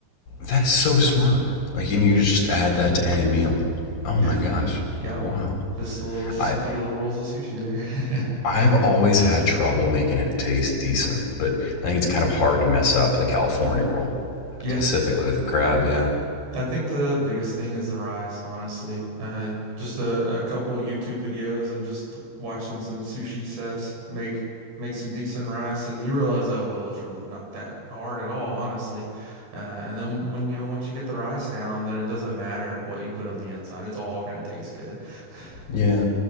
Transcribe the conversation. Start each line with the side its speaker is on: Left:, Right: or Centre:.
Left: That is so smart. Like you need to just add that to any meal. Oh
Right: Yeah,
Left: my gosh.
Right: yeah.
Left: Wow.
Right: Just a little, just
Left: I
Right: a few little rolls of sushi there. <laughs>
Left: I've always had trouble making it taste decent, but I think it's kind of hard to mess up the California roll,
Right: Yeah.
Left: specifically with the crab.
Right: Yep.
Left: Yeah.
Right: I think the biggest thing is the rice, honestly. Uh, just a, a couple YouTube videos and just watching some sushi chefs make make some decent rice, and you realize, oh well, it's really not that hard at all, honestly. Uh, and then when you know once you get the rice down, then it doesn't matter what you put on the inside; it's all gonna taste good. <sighs>
Left: Yeah.